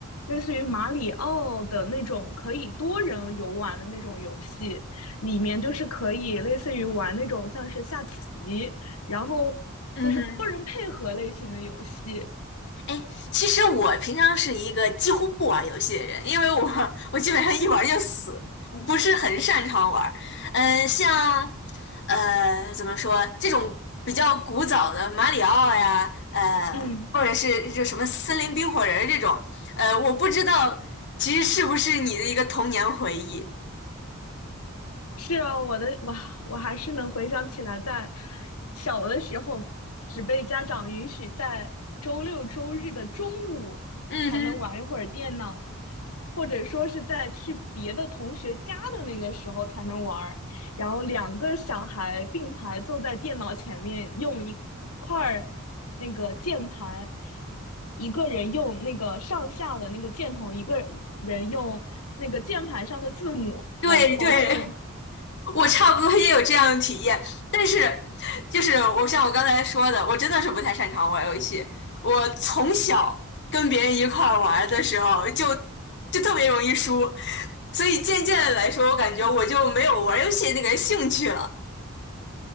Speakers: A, on the left (about 80°); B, on the left (about 50°).
A: 类似于马里奥的那种可以多人游玩的那种游戏，里面就是可以类似于玩那种像是下棋，然后就是多人配合类型的游戏。
B: 嗯哼，哎，其实我平常是一个几乎不玩游戏的人，因为我我基本上一玩就死，不是很擅长玩。嗯，像呃怎么说这种比较古早的马里奥呀，呃或者是就什么森林冰火人儿这种，
A: 嗯，
B: 呃我不知道其实是不是你的一个童年回忆。
A: 是啊，我的哇，我还是能回想起来，在小的时候，只被家长允许在周六周日的中午才能玩一会儿电脑，
B: 嗯哼。
A: 或者说是在去别的同学家的那个时候才能玩儿。然后两个小孩并排坐在电脑前面，用一块儿那个键盘，一个人用那个上下的那个箭头，一个人用那个键盘上的字母来操控。
B: 对对，我差不多也有这样的体验，但是就是我像我刚才说的，我真的是不太擅长玩游戏。我从小跟别人一块儿玩的时候就，就特别容易输，所以渐渐的来说，我感觉我就没有玩游戏那个兴趣了。